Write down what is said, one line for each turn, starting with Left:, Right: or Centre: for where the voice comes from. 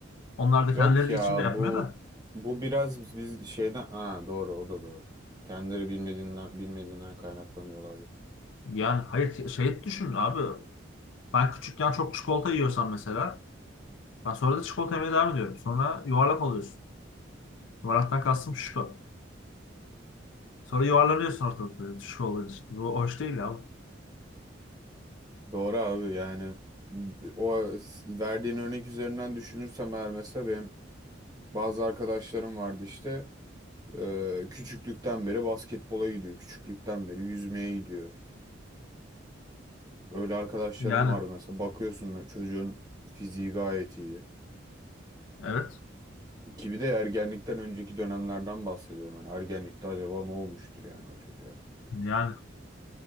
Left: Onlar da
Right: Yok
Left: kendileri
Right: ya
Left: de içinde yapmıyor
Right: bu
Left: da.
Right: bu biraz biz, biz şeyden ha doğru o da doğru. Kendileri bilmediğinden bilmediğinden kaynaklanıyor olabilir.
Left: Yani hayır şey düşün abi. Ben küçükken çok çikolata yiyorsam mesela ben sonra da çikolata yemeye devam ediyorum. Sonra yuvarlak oluyorsun. Yuvarlaktan kastım şişko. Sonra yuvarlanıyorsun ortalıkta şişko olduğun için. Bu hoş değil abi.
Right: Doğru abi yani o verdiğin örnek üzerinden düşünürsem eğer mesela benim bazı arkadaşlarım vardı işte. Ee, küçüklükten beri basketbola gidiyor. Küçüklükten beri yüzmeye gidiyor. Öyle arkadaşlarım
Left: Yani
Right: vardı mesela. Bakıyorsun böyle çocuğun fiziği gayet iyi.
Left: evet.
Right: Ki bir de ergenlikten önceki dönemlerden bahsediyorum. Hani ergenlikte acaba ne olmuştur yani o çocuğa?
Left: Yani